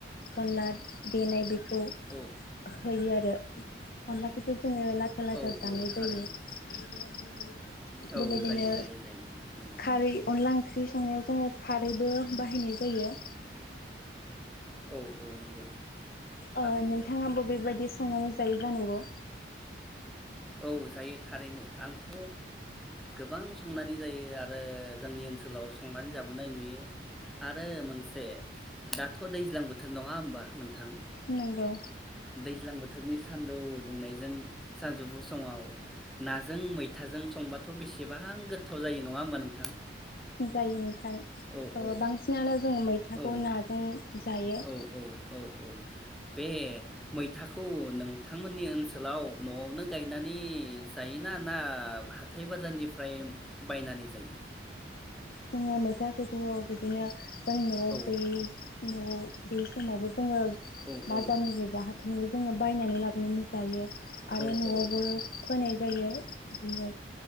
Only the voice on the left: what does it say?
अनला देनाय बेखौ
खौ होयो आरो अनलाखौ ओ लाथा लाथा
जानाय
जायो <inaudible> बेबायदिनो
खारै अनला ओंख्रि संनायाव जोङो खारैबो बाहायनाय जायो
ओ‌ नोंथाङाबो बेबायदि संनानै जायै जानांगौ
नंगौ
जायो <unintelligible>
ओ
बांसिनानो जोङो मैथाखौ
नाजों जायो।
जोङो मैथा खोथ' बिदिनो जों न'आव
गैयि न'आव बे समावबो जोङो
बाजारनिफ्राय
बाहाय बिदिनो जोङो बायनानै लाबोनानै जायो
आरो न'आवबो
फोनाय जायो बिदिनो